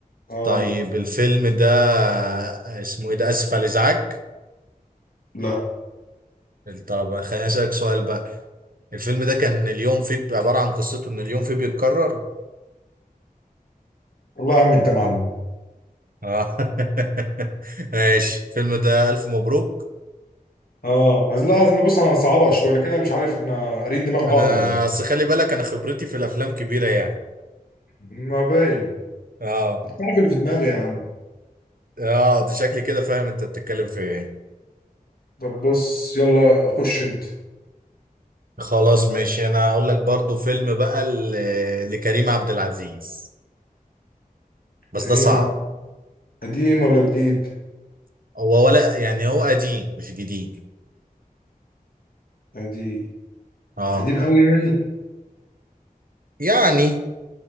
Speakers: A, on the left (about 75°); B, on the right (about 70°).
A: اه
B: طيب الفيلم ده آه، اسمه ايه ده اسف على الازعاج
A: لا
B: طب خليني اسالك سؤال بقى الفيلم ده كان اليوم فيه عباره عن قصته ان اليوم فيه بيتكرر
A: والله يا عم انت معلم
B: اه <laughs> ماشي الفيلم ده الف مبروك
A: اه عايز لا عايزين نبص على صعبة شويه لكده مش عارف احنا قارين دماغ بعض
B: انا
A: ولا ايه
B: اصل خلي بالك انا خبرتي في الافلام كبيره يعني
A: ما باين
B: اه
A: انت عارف اللي في دماغي يا عم
B: اه ده شكلي كده فاهم انت بتتكلم في ايه
A: طب بص يلا خش انت
B: خلاص ماشي انا هقول لك برضو فيلم بقى ل- لكريم عبد العزيز بس
A: قديم
B: ده صعب
A: قديم ولا جديد
B: هو ولا يعني هو قديم مش جديد
A: قديم
B: اه
A: قديم قوي يعني
B: يعني